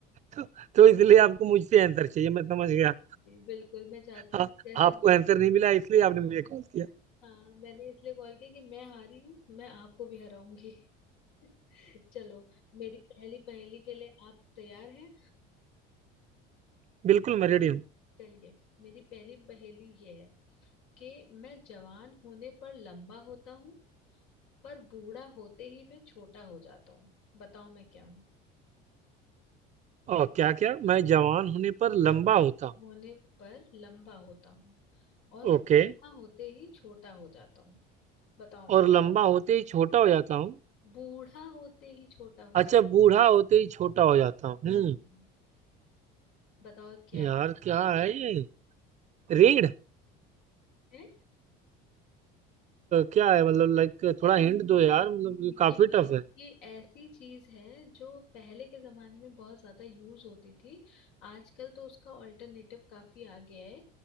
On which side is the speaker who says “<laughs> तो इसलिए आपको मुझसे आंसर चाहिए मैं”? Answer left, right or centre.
Right